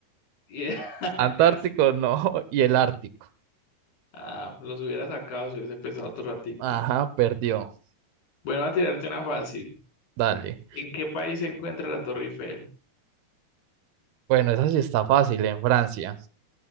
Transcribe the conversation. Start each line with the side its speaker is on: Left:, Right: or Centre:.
Left: y <laughs>
Right: Antártico
Left: casi, casi.
Right: no, <laughs> y el Ártico.
Left: Ah, los hubiera sacado si hubiese pensado otro ratico.
Right: Ajá, perdió.
Left: Bueno, a tirarte una fácil.
Right: Dale.
Left: ¿En qué país se encuentra la Torre Eiffel?
Right: Bueno, esa sí está fácil en Francia.